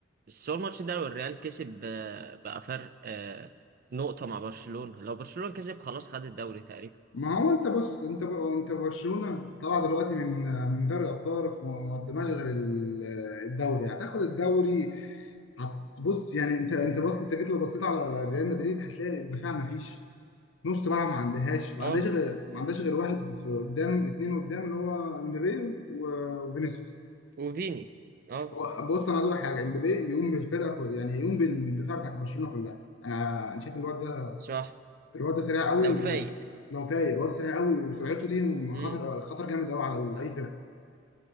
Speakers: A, on the right (about 50°); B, on the left (about 80°).
A: بس هو الماتش ده لو الريال كسب اه، بقى فرق اه، نقطة مع برشلونة لو برشلونة كسب خلاص خد الدوري تقريبا
B: ما هو انت بص انت بقى انت برشلونه طالعه دلوقتي من من دوري الابطال وما قدمهاش غير ال- الدوري هتاخد الدوري هتبص يعني انت انت بص انت جيت لو بصيت على ريال مدريد هتلاقي الدفاع ما فيش نص ملعب ما عندهاش ما
A: اه
B: عندهاش غير ما عندهاش غير واحد في قدام اتنين قدام اللي هو امبابي و- وفينيسيوس
A: وفيني اه
B: هو بص انا عايز اقول لك حاجه امبابي يقوم بالفرقه كلها يعني يقوم بالدفاع بتاع برشلونه كلها انا انا شايف الواد ده
A: صح
B: الواد ده سريع قوي
A: لو فايق
B: ولو طاير الواد سريع قوي وسرعته دي
A: امم
B: خطر خطر جامد قوي على اي فرقه